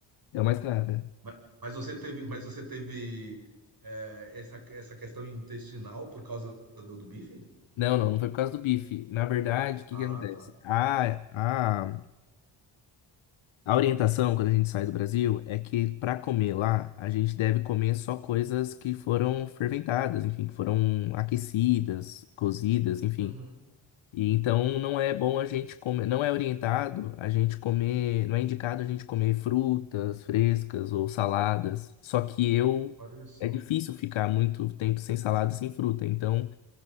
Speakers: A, on the left; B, on the right.
A: É o mais caro. é.
B: Mas, mas você teve, mas você teve é, essa, essa questão intestinal por causa do, do bife?
A: Não, não, não foi por causa do bife. Na verdade, o que
B: Ah,
A: que acontece?
B: tá.
A: A, a, a orientação, quando a gente sai do Brasil, é que para comer lá, a gente deve comer só coisas que foram ferventadas, enfim, que foram aquecidas, cozidas, enfim.
B: Uhum,
A: E então não é bom a gente comer, não é orientado a gente comer, não é indicado a gente comer frutas frescas ou saladas. Só que eu
B: olha só.
A: é difícil ficar muito tempo sem salada, sem fruta. Então